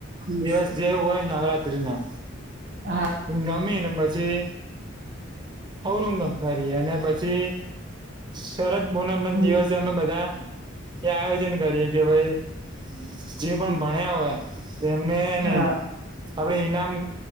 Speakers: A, on the right (about 60°); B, on the right (about 25°).
A: હમ,
B: દિવસ જે હો નગળત્ર્રી ના
A: હા
B: એંગ અમિયા એનામાચી ઔરુંંગ કરી અને પછી શરદ બ એમના
A: હમ,
B: દિવસ અમે બધા એ આયોજન કરીએ કે ભાઈ જે પણ
A: હમ,
B: ભણ્યા હોય એમને નહી
A: હા
B: આપડે ઇનામ